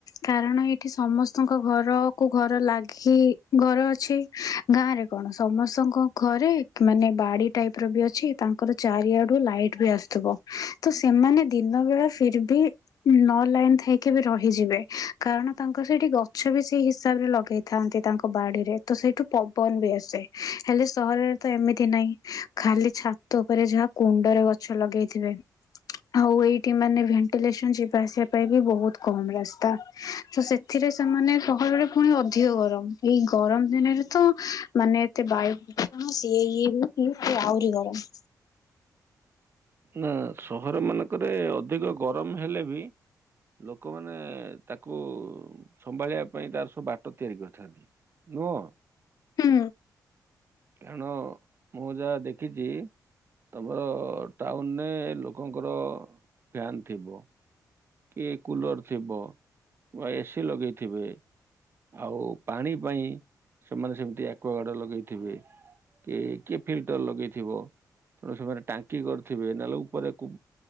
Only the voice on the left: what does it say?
କାରଣ ଏଇଠି ସମସ୍ତଙ୍କ ଘରକୁୁ ଘର ଲାଗି ଘର ଅଛି। ଗାଁ ରେ କଣ ସମସ୍ତଙ୍କ ଘରେ ମାନେ ବାଡି ଟାଇପ ର ବି ଅଛି ତାଙ୍କର ଚାରିଆଡୁ ଲାଇଟ୍ ବି ଆସୁଥିବ ତ ସେମାନେ ଦିନ ବେଳା ଫିର ବି ନ ଲାଇନ ଥାଇକି ଏବେ ରହିଯିବେ କାରଣ ତାଙ୍କର ସେଇଠି ଗଛ ବି ସେଇ ହିସାବ ରେ ଲଗେଇ ଥାନ୍ତି ତାଙ୍କ ବାଡିରେ ତ ସେଇଠୁ ପବନ ବି ଆସେ ହେଲେ ସହରରେ ତ ଏମିତି ନାହିଁ। ଖାଲି ଛାତ ଉପରେ ଯାହା କୁଣ୍ଡରେ ଗଛ ଲଗେଇଥିବେ। ଆଉ ଏଇଠି ମାନେ ଭେଣ୍ଟିଲେସନ ଯିବା ଆସିବା ପାଇଁ ବି ବହୁତ କମ ରାସ୍ତା। ତ ସେଥିରେ ସେମାନେ ସହରରେ ପୁଣି ଅଧିକ ଗରମ ଏଇ ଗରମ ଦିନରେ ତ ମାନେ ଏତେ ବାୟୁ ପ୍ରଦୂଷଣ ସିଏ ଇଏ ହ କି ସଏ ଆହୁରି ଗରମ।
ହୁଁ।